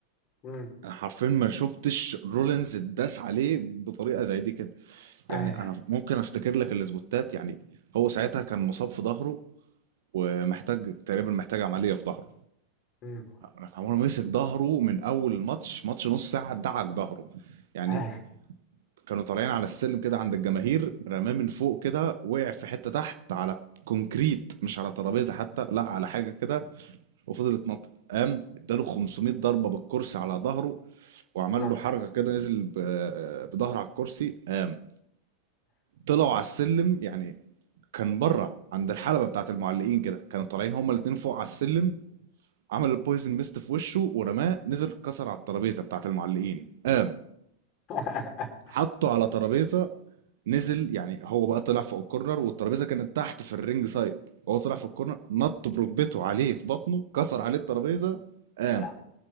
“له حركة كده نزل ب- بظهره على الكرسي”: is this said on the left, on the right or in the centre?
Right